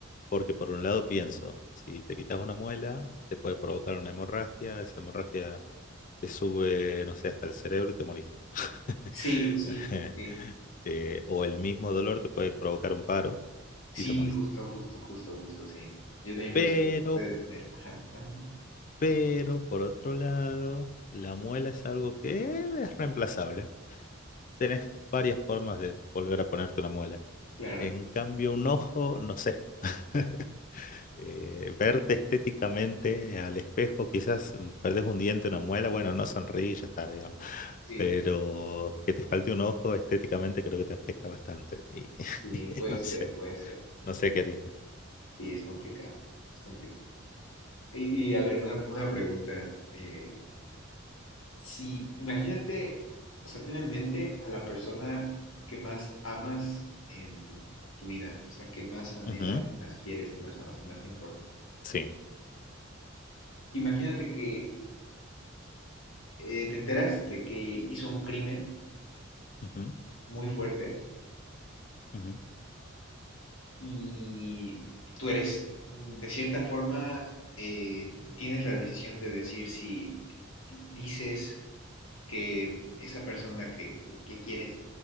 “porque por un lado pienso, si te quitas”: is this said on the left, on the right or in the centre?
Left